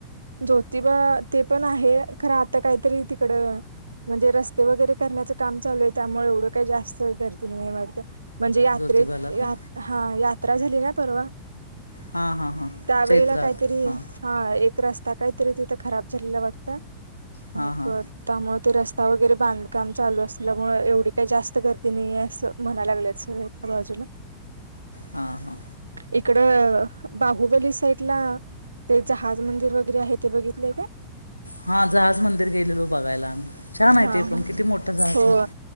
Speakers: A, on the right; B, on the left.
A: ज्योतिबा ते पण आहे खरं आता काहीतरी तिकडं म्हणजे रस्ते वगैरे करण्याचं काम चालू आहे त्यामुळे एवढं काही जास्त गर्दी नाही वाटत. म्हणजे यात्रेत
B: ज्योतिबाला काय
A: हा यात्रा झाली ना परवा?
B: हां हां हां
A: त्यावेेळेला
B: चैत्रात
A: काहीतरी
B: हां
A: हा एक रस्ता काहीतरी तिथं खराब झालेला वाटत
B: हां
A: म
B: हां
A: त्यामुळे ते रस्ते ता वगैरे बांधकाम चालू असल्यामुळे एवढी काही जास्त गर्दी नाहीे असं म्हणायला लागल्या शेच्या बाजूला.
B: हां हां
A: इकड बाहुबली सैड ला ते जहाज मंदिर वगैरे आहे ते बघितलंय का?
B: हा जहाज मंदिर गेलेलो बघायला आम्ही. छान आहे
A: हा
B: ते
A: हा
B: पण किती मोठं जहाज
A: हो
B: मग